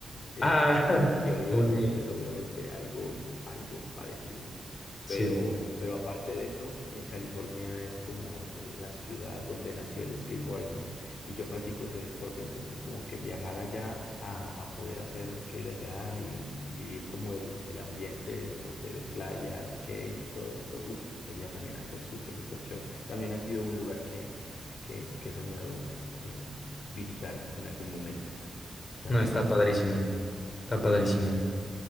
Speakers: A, on the left; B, on the left.
A: En,
B: Ah,
A: en-
B: <laughs>
A: en teoría,
B: muy bien,
A: ¿no? Pues obviamente algo, algo parecido. Pero,
B: sí.
A: pero aparte de eso, eh, California es como la ciudad donde nació el skateboarding y yo practico ese deporte, entonces como que viajar allá a, a poder hacer skate allá y, y vivir como el, el ambiente de, no sé, de playa, skate, todo esto, uf, sería también algo súper, súper chévere. También ha sido un lugar que, que, que he soñado eh, visitar en algún momento. También
B: No, está padrísimo, está padrísimo.